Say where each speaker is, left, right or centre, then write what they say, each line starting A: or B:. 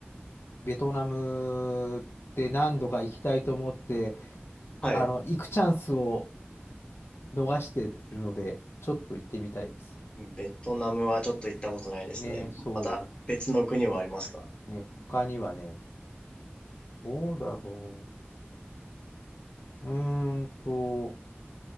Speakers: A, on the left (about 75°); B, on the left (about 25°).
A: ベトナムって何度か行きたいと思って、
B: はい。
A: あの、行くチャンスを逃してるので、ちょっと行ってみたいです。
B: ベトナムはちょっと行ったことないですね。
A: ね、そ
B: また別の国はありますか
A: う。ね、他にはね、どうだろう。うーんと、